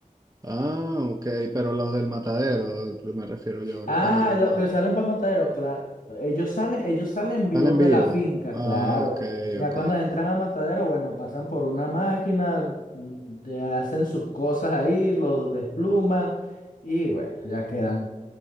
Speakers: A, on the right; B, on the left.
A: Ah, ok, pero los del matadero, me refiero yo,
B: Ah,
A: lo- cuando los
B: los
A: mato.
B: que salen para matadero, claro. Ellos salen, ellos salen vivos
A: Salen
B: de
A: vivos.
B: la finca,
A: Ah,
B: claro.
A: ok,
B: Ya
A: ok.
B: cuando entran a matadero, bueno, pasan por una máquina, mm, te hacen sus cosas ahí, los despluman y bueno, ya quedan,